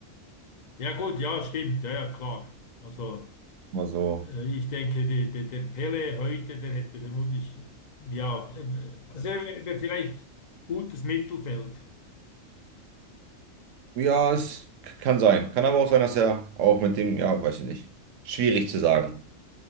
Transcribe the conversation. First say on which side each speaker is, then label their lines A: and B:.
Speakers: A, on the left; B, on the right.
A: Ja gut, ja, stimmt, ja, ja, klar. Also
B: Immer so.
A: äh, ich denke, der, der, der Pele heute, der hätte vermutlich, ja, äh, also er wär- vielleicht gutes Mittelfeld.
B: Ja, es k- kann sein. Kann aber auch sein, dass er auch mit dem, ja, weiß ich nicht. Schwierig zu sagen.